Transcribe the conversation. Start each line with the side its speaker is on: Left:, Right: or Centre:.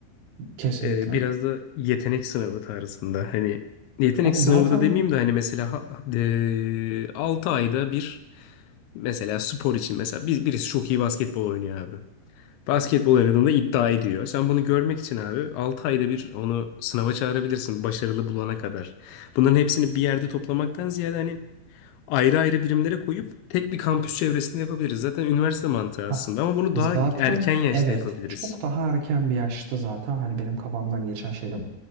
Right: kesinlikle.
Left: Ee, biraz da yetenek sınavı tarzında. Hani yetenek
Right: Abi
Left: sınavı
Right: zaten
Left: da demeyeyim de hani mesela ha- de, 6 ayda bir mesela spor için mesela biz birisi çok iyi basketbol oynuyor abi. Basketbol oynadığında iddia ediyor. Sen bunu görmek için abi 6 ayda bir onu sınava çağırabilirsin başarılı bulana kadar. Bunların hepsini bir yerde toplamaktan ziyade hani ayrı ayrı birimlere koyup tek bir kampüs çevresinde yapabiliriz. Zaten üniversite mantığı aslında
Right: Hah.
Left: ama bunu daha
Right: Zaten
Left: erken yaşta
Right: evet
Left: yapabiliriz.
Right: çok daha erken bir yaşta zaten hani benim kafamdan geçen şey de bu.